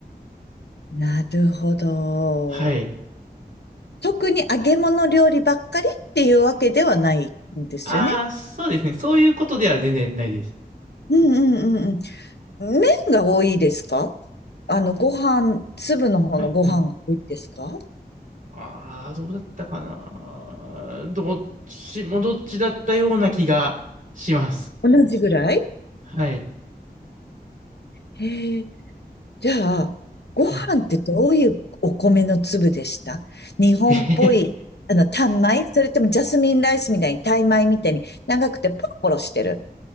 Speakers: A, on the left; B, on the right.
A: なるほど。
B: はい。
A: 特に揚げ物料理ばっかりっていうわけではないんですよね。
B: ああ、そうですね。そういうことでは全然ないです。
A: うんうんうんうん。麺が多いですかあの、ご飯、粒の方のご飯が多いですか
B: はいはい。ああ、どうだったかな。どっちもどっちだったような気がします。
A: 同じぐらい
B: はい。
A: へえ。じゃあ、ご飯ってどういうお米の粒でした日本っぽい、
B: はい。<laughs>
A: あの、タン米それともジャスミンライスみたいに、タイ米みたいに長くてポロポロしてる。